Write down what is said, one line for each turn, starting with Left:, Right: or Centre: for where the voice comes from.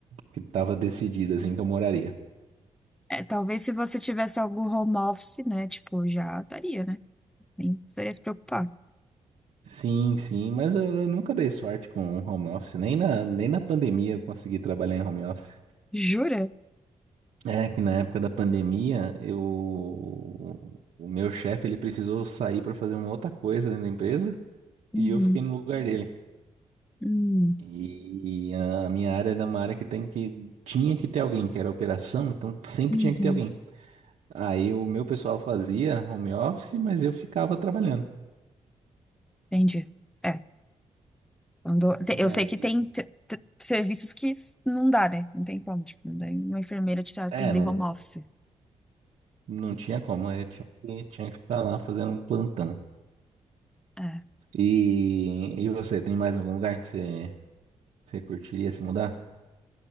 Right: que tava decidido assim que eu moraria.
Centre: É, talvez se você tivesse algum home office, né? Tipo, já daria, né? Nem precisaria se preocupar.
Right: Sim, sim, mas eu, eu nunca dei sorte com home office, nem na, nem na pandemia eu consegui trabalhar em home office.
Centre: Jura?
Right: É que na época da pandemia, eu, o meu chefe ele precisou sair para fazer uma outra coisa dentro da empresa
Centre: Uhum,
Right: e eu fiquei no lugar dele.
Centre: hum,
Right: E a minha área era uma área que tem que tinha que ter alguém, que era operação, então sempre
Centre: uhum,
Right: tinha que ter alguém. Aí o meu pessoal fazia home office, mas eu ficava trabalhando.
Centre: entendi. É, quando- te-
Right: Aí,
Centre: eu sei que tem t- t- serviços que s- não dá, né? Não tem como, tipo, não dá uma enfermeira te atender
Right: é, não,
Centre: home office.
Right: não tinha como, eu tinha, que- tinha que ficar lá fazendo um plantão.
Centre: É.
Right: E, e você, tem mais algum lugar que você, você curtiria se mudar?